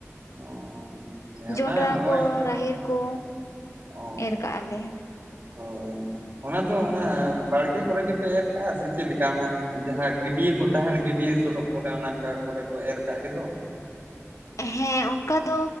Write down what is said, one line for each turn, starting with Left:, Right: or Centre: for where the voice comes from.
Right: ᱚ <inaudible>
Left: ᱡᱚᱱᱰᱨᱟ
Right: ᱱᱚᱜᱼᱚᱭ
Left: ᱠᱚ, ᱨᱟᱦᱮᱲ ᱠᱚ
Right: ᱚ
Left: ᱮᱨ ᱠᱟᱜᱼᱟ ᱞᱮ
Right: ᱦᱳᱭ ᱚᱱᱟ ᱫᱚ ᱚᱱᱟ ᱵᱟᱲᱜᱮ ᱠᱚᱨᱮ ᱜᱮᱯᱮ ᱮᱨ ᱠᱟᱜᱼᱟ ᱥᱮ ᱪᱮᱫᱞᱮᱠᱟ? ᱡᱟᱦᱟᱸ ᱜᱟᱹᱰᱭᱟᱹ ᱠᱚ ᱛᱟᱦᱮᱱ ᱜᱟᱹᱰᱭᱟᱹ ᱥᱚᱰᱚᱜ ᱠᱚᱨᱮ ᱚᱱᱟ ᱠᱚᱨᱮ ᱠᱚ ᱮᱨ ᱠᱟᱜ ᱜᱮᱫᱚ᱾
Left: ᱦᱮᱸ ᱚᱱᱠᱟ ᱫᱚ